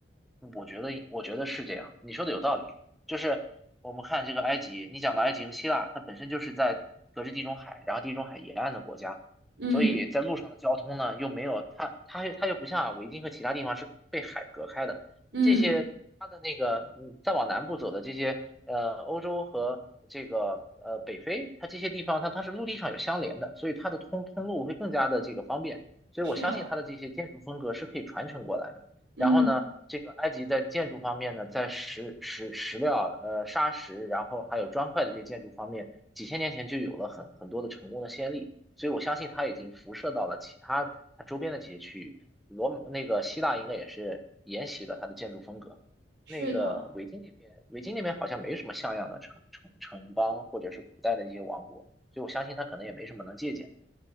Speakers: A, in the centre; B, on the right (about 70°).
A: 我觉得，我觉得是这样，你说的有道理。就是我们看这个埃及，你讲的埃及和希腊，它本身就是在隔着地中海，然后地中海沿岸的国家，
B: 嗯
A: 所以在路上的交通呢，又没有它，它又它又不像维京和其他地方是被海隔开的。
B: 嗯，
A: 这些它的那个，嗯，再往南部走的这些，呃，欧洲和这个呃北非，它这些地方它它是陆地上有相连的，所以它的通通路会更加的这个方便。所以我相信它的这些建筑风格是可以传承过来的。
B: 是，嗯，
A: 然后呢，这个埃及在建筑方面呢，在石石石料、呃砂石，然后还有砖块的这些建筑方面，几千年前就有了很很多的成功的先例，所以我相信它已经辐射到了其他它周边的这些区域。罗那个希腊应该也是沿袭了它的建筑风格。
B: 是的。
A: 那个维京那边，维京那边好像没什么像样的城城城邦或者是古代的一些王国，所以我相信它可能也没什么能借鉴的。